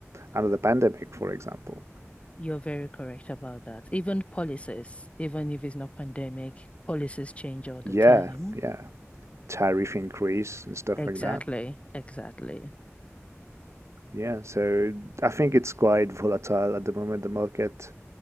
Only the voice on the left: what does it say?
you're very correct about that. Even policies, even if it's not pandemic, policies change all the
time.
Exactly,
exactly.